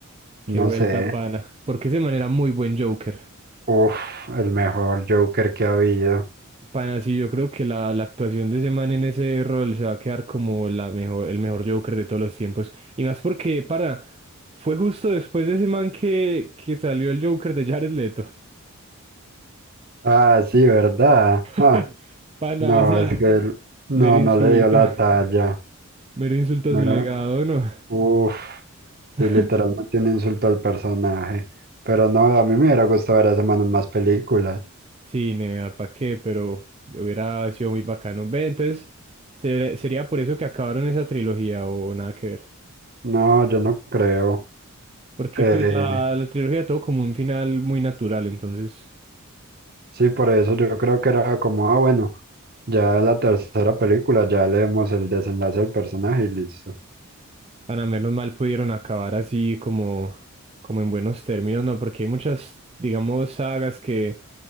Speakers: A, on the right; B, on the right.
A: Qué
B: No
A: vuelta,
B: sé.
A: pana. Porque ese man era muy buen Joker.
B: Uf, el mejor Joker que ha habido.
A: Pana, sí, yo creo que la, la actuación de ese man en ese rol se va a quedar como la mejor, el mejor Joker de todos los tiempos. Y más porque, para, fue justo después de ese man que, que salió el Joker de Jared Leto.
B: Ah, sí, ¿verdad?
A: <laughs>
B: Ah,
A: Pana,
B: no,
A: o sea,
B: es Claro. que él- no,
A: mero insulto.
B: no le dio la talla.
A: Mero insulto
B: Mira,
A: a su legado, ¿no?
B: uf,
A: <laughs>
B: sí, literalmente un insulto al personaje. Pero no, a mí me hubiera gustado ver a ese man en más películas.
A: Sí, nea, ¿pa' qué? Pero hubiera sido muy bacano. Ve, entonces, ¿ser- ¿sería por eso que acabaron esa trilogía o nada que ver?
B: No, yo no creo.
A: Porque
B: Eh,
A: pues la, la trilogía tuvo como un final muy natural, entonces,
B: sí, por eso yo creo que era como, ah, bueno. Ya la tercera película, ya leemos el desenlace del personaje y listo.
A: para menos mal pudieron acabar así como, como en buenos términos, ¿no? Porque hay muchas, digamos, sagas que,